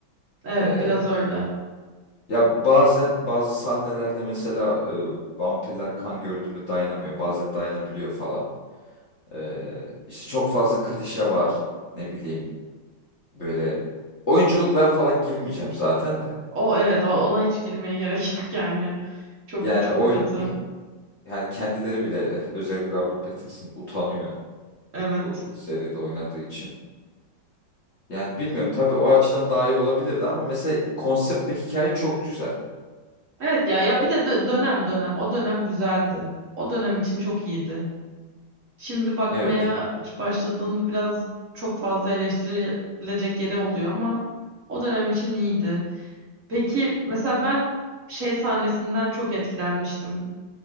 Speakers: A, on the right; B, on the left.
A: Evet
B: Ee,
A: biraz öyle.
B: ya bazen bazı sahnelerde mesela e, vampirler kan gördüğünde dayanamıyor. Bazen dayanabiliyor falan. Ee, işte çok fazla klişe var. Ne bileyim böyle oyunculuklara falan girmeyeceğim zaten de.
A: O evet o- ona hiç girmeye gerek <laughs> yok yani. Çok
B: Yani
A: çok
B: oyun
A: kötü.
B: yani kendileri bile <laughs> özellikle Robert Pattinson utanıyor
A: Evet.
B: bu seride oynadığı için. Yani bilmiyorum tabii o açıdan daha iyi olabilirdi ama mesela konsept ve hikaye çok güzel.
A: Evet ya ya
B: Ya-
A: bir de dö- dönem dönem o dönem güzeldi. O dönem için çok iyiydi. Şimdi bakmaya
B: Evet.
A: başladığında biraz çok fazla eleştirilecek yeri oluyor ama o dönem için iyiydi. Peki mesela ben şey sahnesinden çok etkilenmiştim.